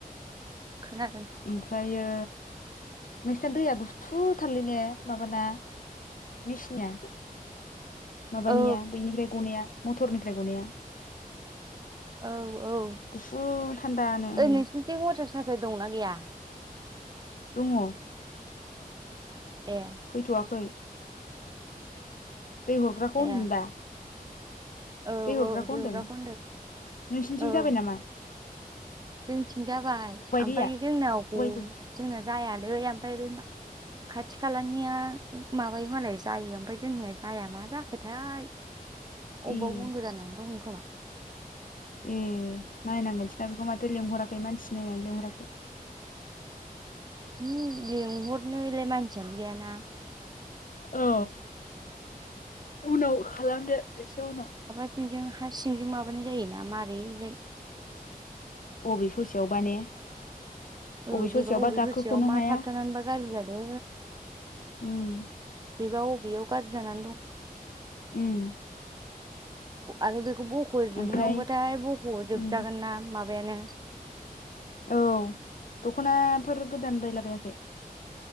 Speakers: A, on the right; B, on the left.
A: खोनादों
B: ओमफ्रायो नोंसिना दैया गुसुथारलै ने माबाना? मेसिनया माबानिया
A: औ
B: बैनिफ्राय गनाया मथरनिफ्राय गनाया।
A: औ औ।
B: गुसु थान्दानो
A: ओइ
B: ओ।
A: नोंसिनिथिं वाटार साप्लाइ दंना गैया?
B: दङ।
A: ए।
B: फैथ'वाखै। दै हरग्राखौ
A: ए
B: होनदों दा।
A: औ
B: दै हरग्राखौ
A: औ देवराखौ
B: होनदों नोंसिनिथिं
A: औ
B: जाबाय नामा?
A: जोंथिं जाबाय
B: गबाय
A: आमफ्राय
B: दैया
A: जोंनाव
B: गबायबो
A: ग जोंना जायालै ओमफ्राय बै मा खाथि खालानिया माबायो मालाय जायो ओमफ्राय जोंनिया मा जाखोथाय। अबबा
B: ए
A: बन्द जान दङ' खोमा?
B: ए नायनांगोनसो दां ना बेखौ माथो लेंहराखै मानसि नायनानै लिंहराखै?
A: ओहो लेंहरनो एलाय मानसियानो गैयाना।
B: औ उनाव खालामदो एसे उनाव।
A: सिंजों हा सिंजों माबानाय जायोना मारै जाय।
B: अबे ससेयावबा ने।
A: औ
B: अबे
A: बेबा
B: ससेयावबा
A: बबे
B: गाखोख'नो
A: ससेयाव मा
B: हाया
A: थाबथारनानैबा गाज्रि जादों।
B: उम
A: बेबा अबेआव गाज्रि जानानै दं।
B: उम।
A: आरो बेखौ बख'जोबनांगौबाथाय
B: ओमफ्राय
A: बख' जोबजागोन
B: उम
A: ना माबायानो।
B: औ दख'नाफोर गोदान बायलाबायाखै?